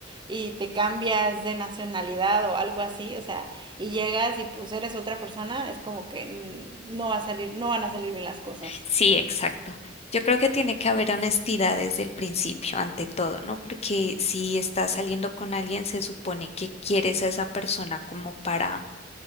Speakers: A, on the right; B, on the left.
A: y te cambias de nacionalidad o algo así, o sea, y llegas y pues eres otra persona, es como que mm, no va a salir, no van a salir bien las cosas.
B: Sí, exacto. Yo creo que tiene que haber honestidad desde el principio, ante todo, ¿no? Porque si estás saliendo con alguien, se supone que quieres a esa persona como para,